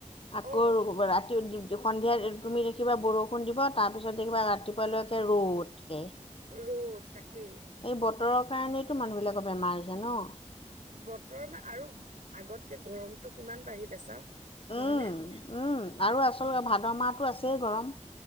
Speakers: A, on the left; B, on the right.
A: আকৌ
B: অ
A: ৰাতি সন্ধিয়া তুমি দেখিবা বৰষুণ দিব, তাৰপিছত দেখিবা ৰাতি পুৱালকে ৰ'দকে
B: ৰ'দ তাকেই।
A: এই বতৰৰ কাৰণেতো মানুহবিলাকৰ বেমাৰ হৈছে ন?
B: বতৰ মান- আৰু আগতকে গৰমতটো কিমান বাঢ়িলে চাওক। নহয়নে
A: অহ-অহ আৰু আচলতে ভাদ মাহতো আছেই গৰম।